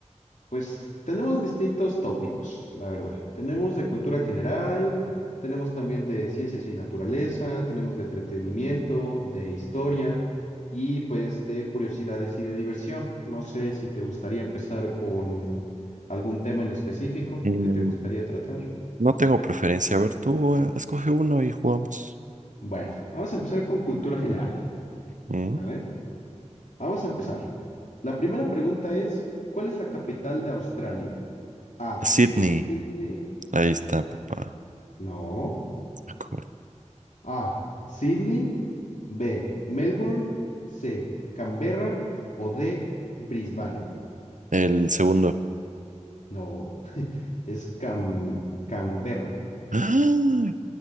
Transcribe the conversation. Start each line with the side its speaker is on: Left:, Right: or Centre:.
Left: Pues tenemos distintos tópicos, la verdad. Tenemos de cultura general, tenemos también de ciencias y naturaleza, tenemos de entretenimiento, de historia y pues de curiosidades y de diversión. No sé si te gustaría empezar con algún tema en específico
Right: Mm,
Left: que te gustaría tratar.
Right: no tengo preferencia. A ver, tú eh, escoge uno y jugamos.
Left: Bueno, vamos a empezar con cultura general,
Right: Mm,
Left: ¿vale? Vamos a empezar. La primera pregunta es, ¿cuál es la capital de Australia? A.
Right: Sydney.
Left: Sydney.
Right: Ahí está, papá.
Left: No.
Right: Ah, cabrón.
Left: A. Sydney. B. Melbourne. C. Canberra. O D. Brisbane.
Right: El segundo.
Left: No. <laughs> Es Cam- Canberra.
Right: <gasps> ¡Ah!